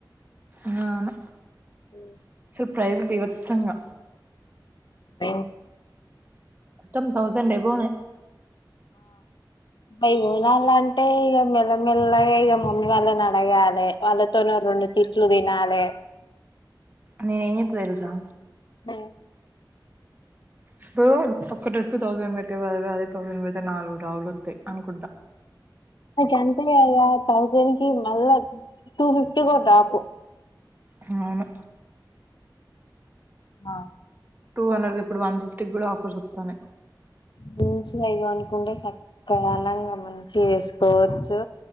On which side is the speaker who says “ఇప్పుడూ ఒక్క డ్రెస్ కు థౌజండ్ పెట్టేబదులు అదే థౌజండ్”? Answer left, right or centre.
Right